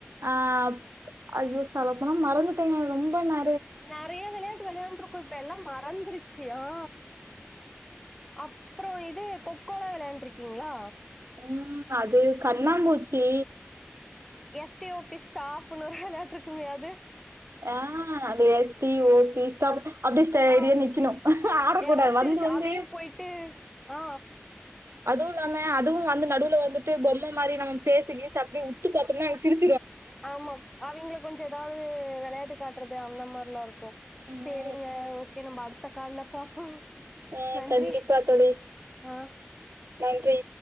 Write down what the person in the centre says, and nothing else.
நறைய விளையாட்டு விளையாண்டுருக்கோ இப்ப எல்லா மறந்துருச்சு ஆ அப் அப்றோ இது கொக்கோலா விளையாண்டுருக்கீங்ளா
எஸ்டே ஓபிஸ் ஸ்டாப்புனு ஒரு விளையாட்ருக்குமே அது
ஆ
யாராவது
சிரிச்சு
அதையும் போயிட்டு ஆ
ஆமா அவிங்களு கொஞ்செதா து வெளையாட்டு காட்றது அந்த மார்ல்லா இருக்கு
சேரிங்க ஓகே நம்ம அடு த்த கால்ல பாப்போ
நன்றி
ஆ